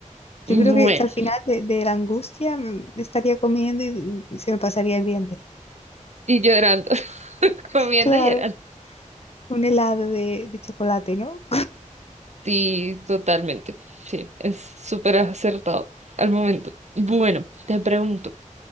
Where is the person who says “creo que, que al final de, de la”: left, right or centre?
Left